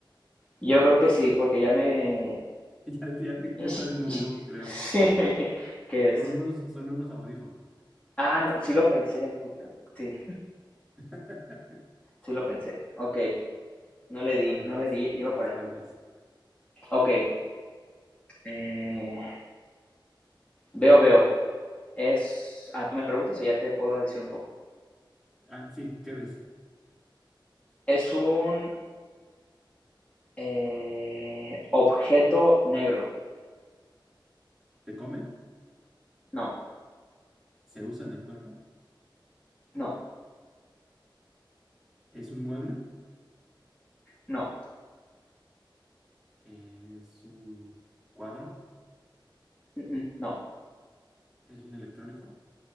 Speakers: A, on the left; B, in the centre.
A: yo creo que sí, porque ya me...
B: Ya, te- ya te-
A: <laughs>
B: ya estás en un loop, creo.
A: Sí, ¿qué es?
B: Son unos, son unos audífonos.
A: Ah, no, sí lo pensé, puta. Sí,
B: <laughs>
A: sí lo pensé. Ok, no le di,
B: A ver,
A: no
B: vas,
A: le di, iba
B: vas,
A: para allá.
B: vas, vas.
A: Ok, eh, veo, veo. Es, ah, tú me preguntas o ya te puedo decir un poco.
B: Ah, sí, ¿qué ves?
A: Es un eh, objeto negro.
B: Se come,
A: No,
B: se usa en el cuerpo,
A: no,
B: es un mueble,
A: no,
B: es un cuadro,
A: mm, mm, no,
B: es un electrónico,